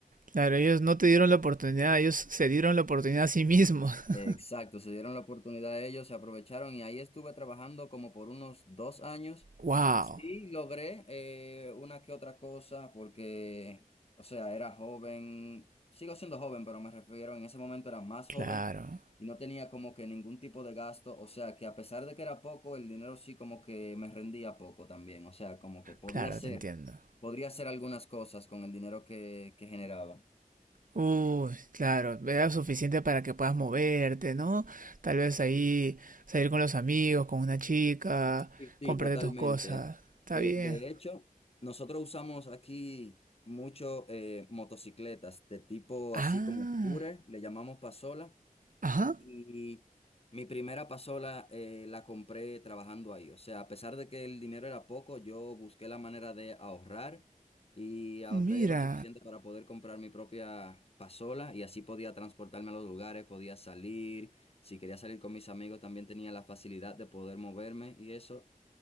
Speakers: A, on the right; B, on the left.
A: Claro, ellos no te dieron la oportunidad, ellos se dieron la oportunidad a sí mismos. <laughs>
B: Exacto, se dieron la oportunidad a ellos, se aprovecharon y ahí estuve trabajando como por unos dos años.
A: Wow,
B: Sí, logré eh, una que otra cosa porque, o sea, era joven, sigo siendo joven, pero me refiero, en ese momento era más
A: claro,
B: joven y no tenía como que ningún tipo de gasto, o sea, que a pesar de que era poco, el dinero sí como que me rendía poco también, o sea, como que podía
A: claro,
B: hacer,
A: te entiendo.
B: podría hacer algunas cosas con el dinero que, que generaba.
A: Uy, claro, era suficiente para que puedas moverte, ¿no? Tal vez ahí salir con los amigos, con una chica,
B: Sí, sí
A: comprarte
B: totalmente.
A: tus cosas. Está
B: Eh,
A: bien.
B: de hecho, nosotros usamos aquí mucho eh, motocicletas de tipo
A: Ah,
B: así como scooter, le llamamos pasola.
A: ajá,
B: Y mi primera pasola eh, la compré trabajando ahí. O sea, a pesar de que el dinero era poco, yo busqué la manera de ahorrar y ahorré
A: mira.
B: lo suficiente para poder comprar mi propia pasola y así podía transportarme a los lugares, podía salir. Si quería salir con mis amigos, también tenía la facilidad de poder moverme y eso.